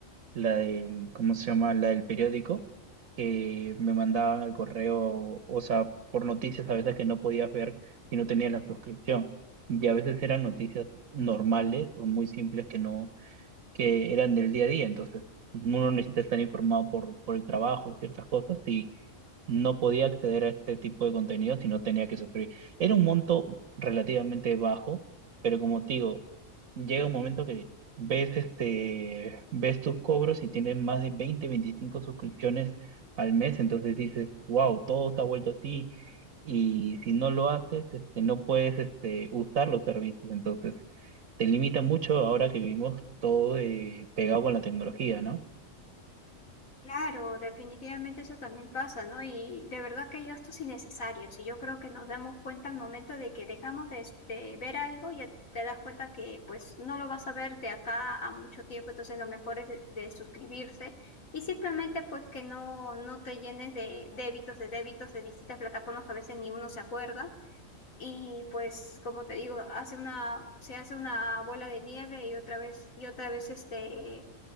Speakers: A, on the right; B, on the left.
A: la del, ¿cómo se llama? La del periódico, que me mandaban al correo, o sea, por noticias a veces que no podías ver si no tenías la suscripción. Y a veces eran noticias normales o muy simples que no que eran del día a día, entonces uno necesita estar informado por, por el trabajo, ciertas cosas, y no podía acceder a este tipo de contenido si no tenía que suscribir. Era un monto relativamente bajo, pero como te digo, llega un momento que ves, este, ves tus cobros y tienes más de 20, 25 suscripciones al mes, entonces dices, wow, todo se ha vuelto así. Y si no lo haces, este, no puedes, este, usar los servicios. Entonces, te limita mucho ahora que vivimos todo eh, pegado con la tecnología, ¿no?
B: Claro, definitivamente eso también pasa, ¿no? Y de verdad que hay gastos innecesarios y yo creo que nos damos cuenta al momento de que dejamos de, de ver algo y ya te das cuenta que pues no lo vas a ver de acá a mucho tiempo, entonces lo mejor es de, de suscribirse y simplemente pues que no, no te llenes de débitos, de débitos de distintas plataformas que a veces ni uno se acuerda y pues como te digo, hace una, se hace una bola de nieve y otra vez, y otra vez este